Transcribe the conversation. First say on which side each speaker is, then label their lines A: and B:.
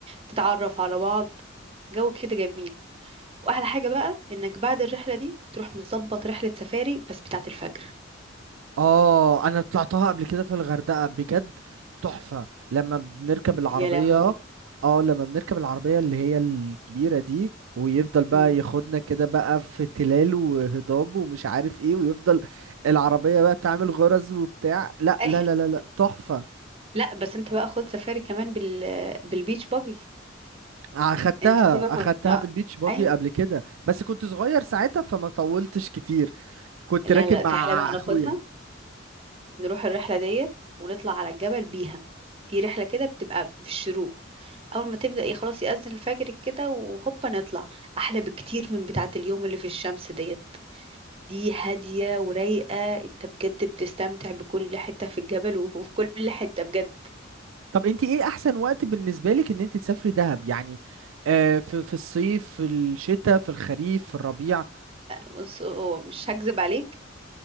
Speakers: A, on the right; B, on the right.
A: تتعرف على بعض جو كده جميل واحلى حاجه بقى انك بعد الرحله دي تروح مظبط رحله سفاري بس بتاعه الفجر
B: اه انا طلعتها قبل كده في الغردقة بجد تحفة لما بنركب العربية
A: يا لهوي
B: اه لما بنركب العربية اللي هي الكبيرة دي ويفضل بقى
A: امم
B: ياخدنا كده بقى في تلال وهضاب ومش عارف ايه ويفضل العربية بقى تعمل غرز وبتاع لا
A: أيوة.
B: لا لا لا لا تحفة
A: لا بس انت بقى خد سفاري كمان بال بالبيتش باجي
B: اخدتها
A: انت سيبك
B: اخدتها
A: من بقى.
B: بالبيتش باجي
A: ايوه
B: قبل كده بس كنت صغير ساعتها فما طولتش كتير كنت
A: لا
B: راكب
A: لا تعالى
B: مع
A: بقى
B: اخويا
A: ناخدها نروح الرحله ديت ونطلع على الجبل بيها في رحله كده بتبقى في الشروق اول ما تبدا ي- خلاص يأذن الفجر كده وهوبا نطلع احلى بكتير من بتاعه اليوم اللي في الشمس ديت دي هادية ورايقة انت بجد بتستمتع بكل حتة في الجبل وفي كل حتة بجد
B: طب انت ايه احسن وقت بالنسبه لك ان انت تسافري دهب يعني آه في في الصيف في الشتاء في الخريف في الربيع
A: بص هو مش هكذب عليك